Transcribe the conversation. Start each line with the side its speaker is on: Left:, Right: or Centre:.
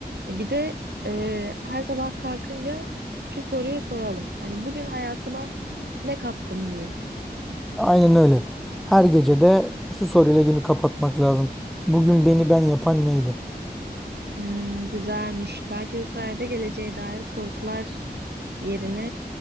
Right: E bir de e, her sabah kalkınca şu soruyu soralım. Hani bugün hayatıma ne kattım diye.
Centre: Aynen öyle. Her gece de şu soruyla günü kapatmak lazım. Bugün beni ben yapan neydi?
Right: Hmm, güzelmiş. Belki bu sayede geleceğe dair korkular yerine